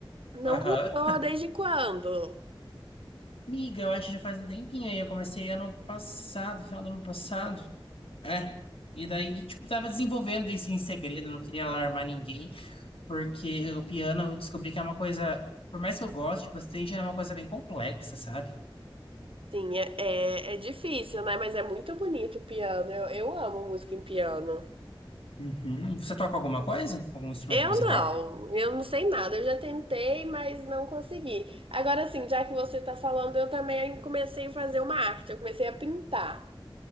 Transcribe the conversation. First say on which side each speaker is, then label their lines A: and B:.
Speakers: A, on the right (about 75°); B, on the left (about 85°).
A: Não
B: Aham.
A: contou desde quando?
B: Amiga, eu acho que já faz um tempinho aí. Eu comecei ano passado, final do ano passado. É. E daí, tipo, tava desenvolvendo isso em segredo, não queria alarmar ninguém, porque o piano eu descobri que é uma coisa. Por mais que eu goste bastante, é uma coisa bem complexa, sabe?
A: Sim, é, é, é difícil, né? Mas é muito bonito o piano. Eu, eu amo música em piano.
B: Uhum. Você toca alguma coisa? Algum instrumento
A: Eu
B: musical?
A: não, eu não sei nada. Eu já tentei, mas não consegui. Agora, assim, já que você tá falando, eu também comecei a fazer uma arte, eu comecei a pintar.